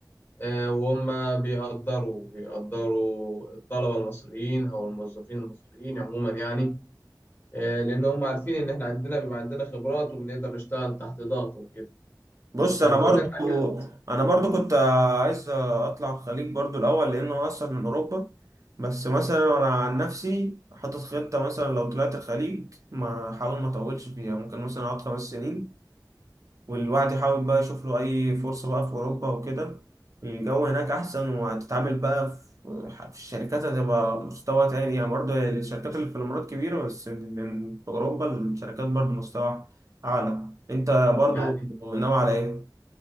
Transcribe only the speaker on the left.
آه، وهم بيقدروا بيقدروا الطلبة المصريين أو الموظفين المصريين عموما يعني آه، لأن هم عارفين إن إحنا عندنا بيبقى عندنا خبرات وبنقدر نشتغل تحت ضغط وكده
من
ضمن الحاجات
يعني